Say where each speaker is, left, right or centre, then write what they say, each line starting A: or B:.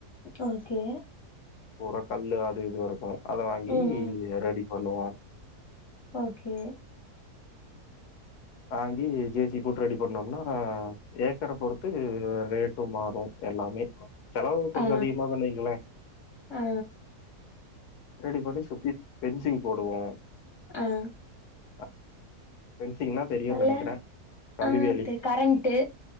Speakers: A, on the left; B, on the left.
A: ஓகே
B: பூரா கல்லு அது இது வரைக்கும் அத வாங்கி
A: ம் ம்
B: ரெடி பண்ணுவோம்
A: ஓகே
B: வாங்கி ஜே சி பி போட்டு ரெடி பண்ணோம்னா ஏக்கர பொறுத்து ரேட்டும் மாறும் எல்லாமே செலவு கொஞ்சம்
A: ஆ
B: அதிகமாதானு வைங்களேன்
A: ஆ
B: ரெடி பண்ணி சுத்தி பெஃன்சிங் போடுவோம்
A: ஆஹ்
B: அ பெஃன்சிங்னா தெரியும்னு
A: அல்ல
B: நெனைக்கிறேன் கம்பி
A: ஆ
B: வேலி
A: தெரி கரண்ட்டு